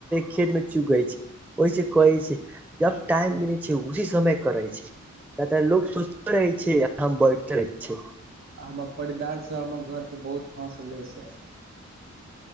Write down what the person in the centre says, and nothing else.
खेत मे चु गै छै ओहिस कहै छै जब टाइम मिलै छै उहे। समय करै छै तऽ लोक सोचते रहे छै आ हम बढ़िते रहै छै।
<inaudible>